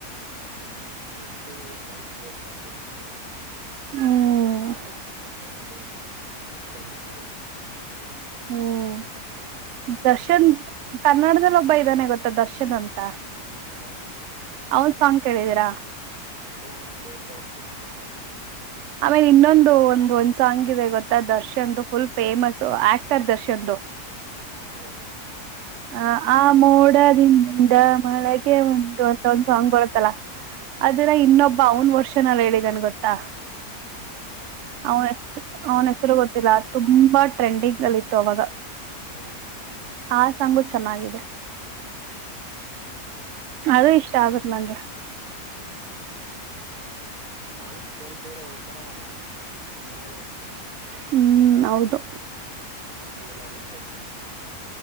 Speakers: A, on the right; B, on the right.
A: ನಾನಿನ್ ಅರ್ಜಿತ್ ಸಿಂಗ್ ಸಾಂಗ್ಸ್ ಕೇಳ್ತಾ ಇರ್ತೀನಿ ಜಾಸ್ತಿ
B: ಹ್ಮ
A: ಅರ್ಜಿತ್ ಸಿಂಗ್ ದರ್ಶನ್ ರಾವಲ್
B: ಹ್ಮ್
A: ಇವ್ರ್ದೆಲ್ಲ
B: ದರ್ಶನ್ ಕನ್ನಡದದಲ್ಲಿ ಒಬ್ಬ ಇದಾನೆ ಗೊತ್ತ ದರ್ಶನ್ ಅಂತ
A: ಹಾ
B: ಹೌದ <unintelligible> ಸಾಂಗ್ ಕೇಳಿದೀರಾ
A: ಹಾ ಕೇಳ್ತಾ ಇರ್ತಿ ಕನ್ನಡ <inaudible>
B: ಆಮೇಲೆ ಇನ್ನೊಂದು ಒಂದು ಒಂದ್ ಸಾಂಗ್ ಇದೆ ಗೊತ್ತಾ ದರ್ಶನ್ ಫುಲ್ ಫೇಮಸು ಆಕ್ಟರ್ ದರ್ಶನ್ದು
A: <unintelligible> ಯ
B: ಆ ಆ ಮೋಡದಿಂದ ಮಳೆಗೆ ಒಂದು ಅಂತ ಒಂದ್ ಸಾಂಗ್ ಬರುತ್ತಲ್ಲ ಅದನ್ನ
A: ಹ
B: ಇನ್ನೊಬ್ಬ ಅವನ್ ವರ್ಷನಲ್ ಹೇಳಿದನೆ ಗೊತ್ತಾ
A: ಹಾ
B: <unintelligible> ಹೆ ಅವನ ಹೆಸರು ಗೊತ್ತಿಲ್ಲ ತುಂಬಾ ಟ್ರೆಂಡಿಂಗ್ ಅಲ್ಲಿತ್ತು ಅವಾಗ
A: ಹಾ
B: ಆ ಸಾಂಗು ಚೆನ್ನಾಗಿದೆ
A: ಹ್ಮ
B: ಅದು ಇಷ್ಟ ಆಗುತೆ ನಂಗೆ
A: <unintelligible> ಕೇಳ್ತಿದ್ರೆ ಒಂಥರಾ ಚೆನ್ನಾಗಿರುತ್ತೆ
B: ಹ್ಮ್ ಹೌದು
A: ಮೈಂಡ್ಗೆಲ್ಲಾ ರಿಫ್ರೆಶ್ಮೆಂಟ್ ಸಿಗುತ್ತೆ